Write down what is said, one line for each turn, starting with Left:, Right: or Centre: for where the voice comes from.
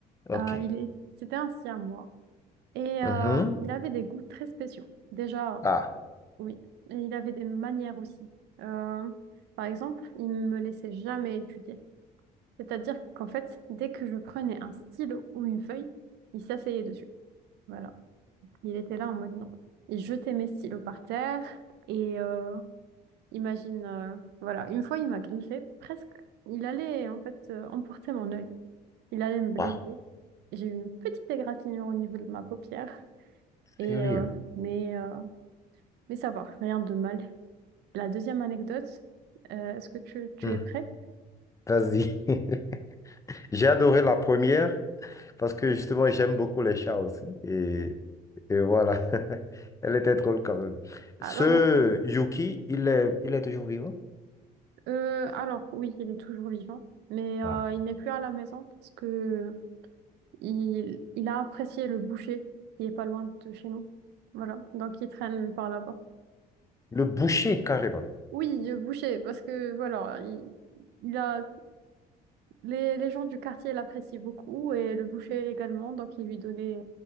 Left: OK.
Right: Euh, il est, c'était un siamois et
Left: Mhm.
Right: euh, il avait des goûts très spéciaux. Déjà,
Left: Ah,
Right: oui, et il avait des manières aussi. Euh, par exemple, il ne me laissait jamais étudier. C'est-à-dire qu'en fait, dès que je prenais un stylo ou une feuille, il s'asseyait dessus. Voilà. Il était là en mode non. Il jetait mes stylos par terre et euh, imagine, euh, voilà, une fois il m'a griffé, presque. Il allait en fait euh, emporter mon œil. Il allait me blesser.
Left: wow,
Right: J'ai eu une petite égratignure au niveau de ma paupière. Et
Left: sérieux.
Right: euh, mais, euh, mais ça va, rien de mal. La deuxième anecdote, euh, est-ce que tu, tu
Left: Hmm.
Right: es prêt?
Left: Vas-y. <laughs> J'ai adoré la première parce que justement, j'aime beaucoup les chats aussi. Et, et voilà. <laughs> Elle était drôle quand même.
Right: Alors,
Left: Ce Yuki, il est, il est toujours vivant?
Right: Euh, alors oui, il est toujours vivant, mais
Left: Ah.
Right: euh, il n'est plus à la maison parce que il, il a apprécié le boucher qui est pas loin de chez nous. Voilà, donc il traîne par là-bas.
Left: Le boucher, carrément.
Right: Oui, le boucher, parce que voilà, il, il a les, les gens du quartier l'apprécient beaucoup et le boucher également, donc il lui donnait,